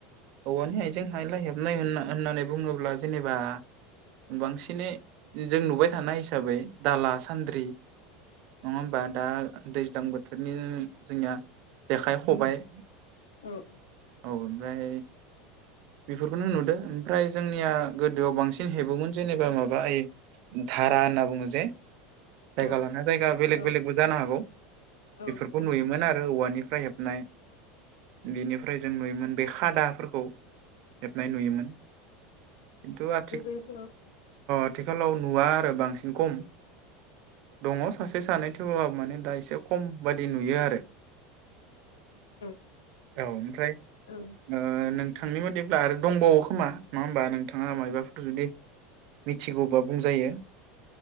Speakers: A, on the right; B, on the left.
A: औवानि आइजें हायला हेबनाय होनना होननानै बुङोब्ला जेनेबा बांसिनै जों नुबाय थानाय हिसाबै दाला, सान्द्रि नङा होमबा दा दैज्लां बोथोरनि जोंनिया जेखाइ, खबाइ
B: औ औ।
A: औ ओमफ्राय बेफोरखौनो नुदों ओमफ्राय जोंनिया गोदोआव बांसिन हेबोमोन जेनेबा माबा ओइ धारा होनना बुङो जे जायगा
B: औ
A: लाना जायगा
B: थारा
A: बेलेग
B: औ
A: बेलेगबो जानो हागौ
B: औ
A: बेफोरखौ
B: थारा
A: नुयोमोन
B: औ
A: आरो औवानिफ्राय हेब नाय बेनिफ्राय जों नुयोमोन
B: नंगौ
A: बे खादाफोरखौ खौ। हेबनाय नुयोमोन खिन्थु आ
B: गोदोनि समाव
A: आथिखालाव नुवा आरो बांसिन खम दङ' सासे सानै थेवब्लाबो माने दा एसे खम बादि नुयो आरो
B: औ
A: औ ओमफ्राय
B: औ
A: ओ नोंथांनि मादि ब्ला आरो दंबावो खोमा नङा होमबा नोंथाङा मायबाफोर जुदि मिथिगौबा बुंजायो।